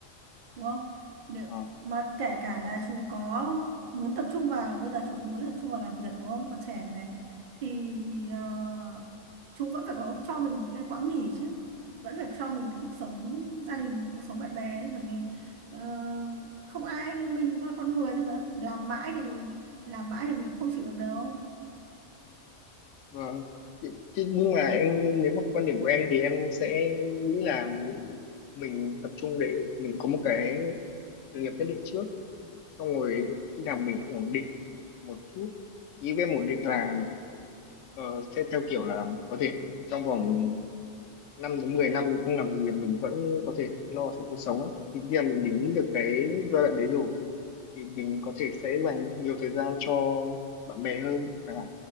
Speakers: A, on the right; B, on the left.
A: đúng không Nếu,
B: Ờ,
A: mà kể cả là chú có muốn tập trung vào bây giờ chú có muốn tập trung vào làm việc đúng không còn trẻ này thì ờ, chú vẫn phải có cho mình những cái quãng nghỉ chứ vẫn phải cho mình cái cuộc sống gia đình cuộc sống bạn bè chứ bởi vì ờ, không ai mình cũng là con người thôi mà làm mãi thì làm mãi thì mình cũng không chịu được đâu
B: và chứ nhưng mà em nếu mà quan điểm của em thì em sẽ nghĩ là mình tập trung để mình có một cái sự nghiệp nhất định trước xong rồi khi nào mình ổn định một chút ý em ổn định là ờ, sẽ theo kiểu là có thể trong vòng 5 đến 10 năm mình không làm gì mình vẫn có thể lo cho cuộc sống ấy thì khi mà mình đến được cái giai đoạn đấy rồi thì mình có thể sẽ dành nhiều thời gian cho bạn bè hơn chẳng hạn